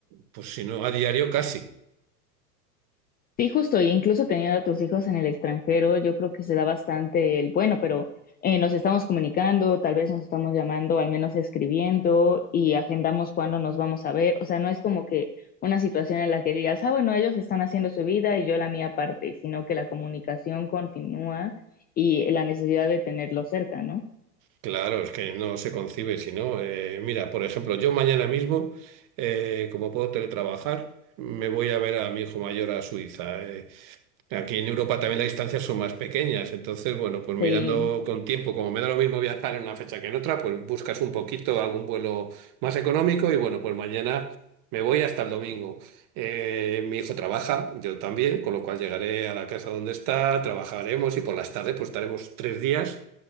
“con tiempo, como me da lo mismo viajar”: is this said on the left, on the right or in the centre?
Right